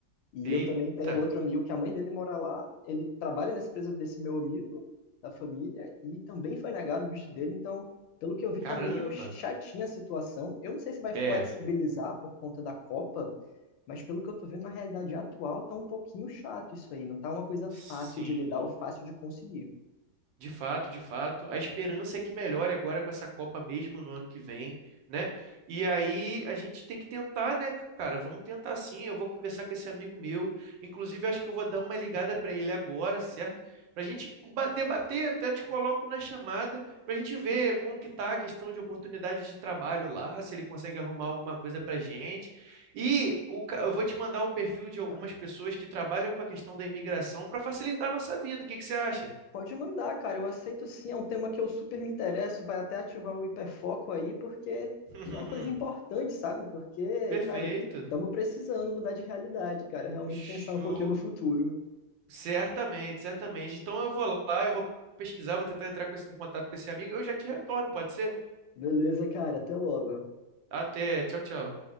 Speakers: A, on the left; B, on the right.
A: E
B: Eita,
A: eu também tenho outro amigo que a mãe dele mora lá, ele trabalha nessa empresa desse meu amigo, da família, e também foi negado o visto dele, então, pelo que eu vi,
B: caramba.
A: tá meio chatinha a situação. Eu não sei se vai flexibilizar
B: É,
A: por conta da Copa, mas pelo que eu tô vendo na realidade atual, tá um pouquinho chato isso aí, não tá uma coisa
B: sim.
A: fácil de lidar ou fácil de conseguir.
B: De fato, de fato. A esperança é que melhore agora com essa Copa mesmo no ano que vem, né? E aí a gente tem que tentar, né, cara? Vamos tentar sim. Eu vou conversar com esse amigo meu. Inclusive, acho que eu vou dar uma ligada para ele agora, certo? Para a gente ba- debater, até te coloco na chamada, para a gente ver como que tá a questão de oportunidade de trabalho lá, se ele consegue arrumar alguma coisa para gente. E o ca- eu vou te mandar o perfil de algumas
A: Cara,
B: pessoas que trabalham com a questão da imigração para facilitar a nossa vida. O que que você acha?
A: Pode mandar, cara, eu aceito sim, é um tema que eu super me interesso, vai até ativar o hiperfoco aí, porque
B: <laughs>
A: é uma coisa importante, sabe? Porque,
B: Perfeito.
A: cara, estamos precisando mudar de realidade, cara, realmente
B: Show.
A: pensar um pouquinho no futuro.
B: Certamente, certamente. Então eu vou lá, eu vou pesquisar, vou tentar entrar com esse- em contato com esse amigo. Eu já te retorno, pode ser?
A: Beleza, cara, até logo.
B: Até. Tchau, tchau.